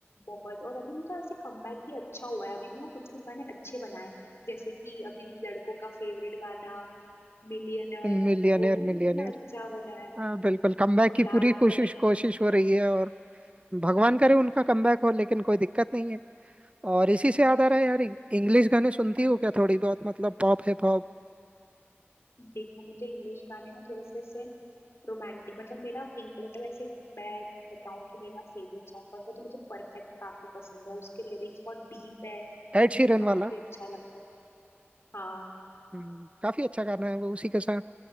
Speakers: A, on the left; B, on the right.
A: बहुत और अभी उनका ऐसे कमबैक भी अच्छा हुआ है अभी भी वो कुछ कुछ गाने अच्छे बनाए हैं। जैसे कि अभी लड़कों का फेवरेट गाना मिलियनर
B: Millionaire
A: वो भी
B: millionaire
A: तो कितना अच्छा बना है
B: हाँ बिल्कुल कमबैक
A: और
B: की
A: लाल
B: पूरी कोशिश
A: परी
B: कोशिश हो रही है और भगवान करे उनका कमबैक हो लेकिन कोई दिक्कत नहीं है और इसी से याद आ रहा है यार इंग्लिश गाने सुनती हो क्या थोड़ी बहुत मतलब pop hip hop
A: देखो मुझे इंग्लिश गाने ना थोड़े से ऐसे रोमांटिक मतलब मेरा इंग- मतलब ऐसे मैं बताऊं कि मेरा फेवरेट सॉन्ग कौन सा है, तो मुझे परफेक्ट काफी पसंद है उसके लिरिक्स बहुत डीप है
B: Ed
A: और मुझे
B: Sheeran
A: काफी
B: वाला
A: अच्छा लगता है हाँ
B: हम्म, काफी अच्छा गाना है वो उसी के साथ